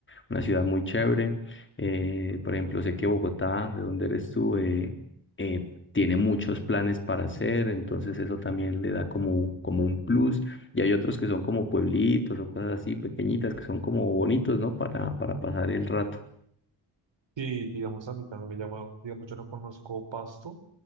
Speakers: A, on the left (about 25°); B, on the right (about 75°).
A: una ciudad muy chévere. Eh, por ejemplo, sé que Bogotá, de donde eres tú, eh, eh, tiene muchos planes para hacer, entonces eso también le da como, como un plus. Y hay otros que son como pueblitos o cosas así pequeñitas que son como bonitos, ¿no? Para, para pasar el rato.
B: Y digamos, a mí también me llama, digamos, yo no conozco Pasto,